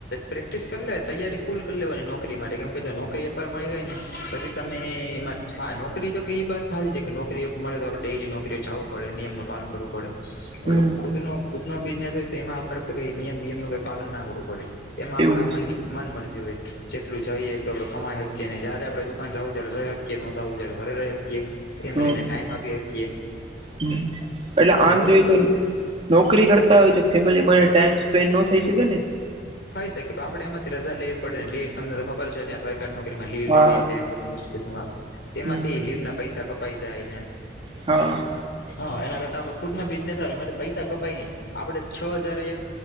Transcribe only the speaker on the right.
હમ
એવું જ
હમ
હમ એટલે આમ
જોઈ
તો નોકરી કરતા હોય તો ફેમિલીમાં ટાઈમ સ્પેન્ડ ન થઈ શકે ને.
હા
હમ
હા